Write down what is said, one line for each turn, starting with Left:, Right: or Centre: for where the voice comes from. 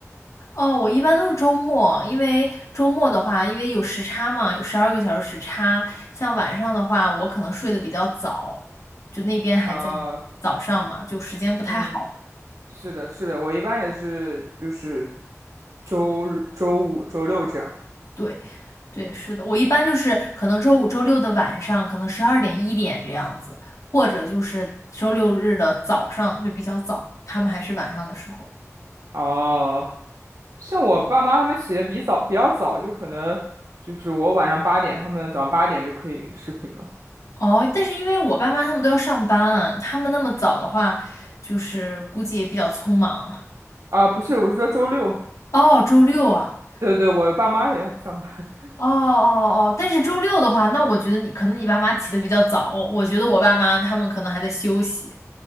Left: 哦，我一般都是周末，因为周末的话，因为有时差嘛，有十二个小时时差。像晚上的话，我可能睡得比较早，就那边还在
Right: 啊、
Left: 早上嘛，就时间不太好。
Right: 嗯，是的，是的，我一般也是，就是周日周五、周六这样。
Left: 对，对，是的，我一般就是可能周五、周六的晚上，可能十二点、一点这样子，或者就是周六日的早上就比较早，他们还是晚上的时候。
Right: 哦、像我爸妈他们起的比早，比较早，就可能就是我晚上八点，他们早上八点就可以视频了。
Left: 哦，但是因为我爸妈他们都要上班，他们那么早的话，就是估计也比较匆忙。
Right: 啊、不是，我是说周六。
Left: 哦，周六啊。
Right: 对对，我爸妈也要上班。<laughs>
Left: 哦哦哦，但是周六的话，那我觉得你可能你爸妈起得比较早，我我觉得我爸妈他们可能还在休息。